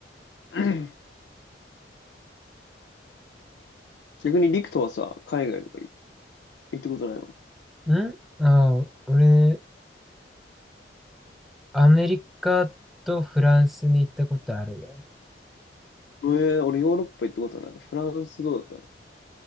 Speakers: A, on the left; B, in the centre.
A: <clears throat> 逆にリクトはさ、海外とかい行ったことないの
B: だ。んあ、俺、アメリカとフランスに行ったことあるよ。
A: えー、俺ヨーロッパ行ったことない。フランスどうだっ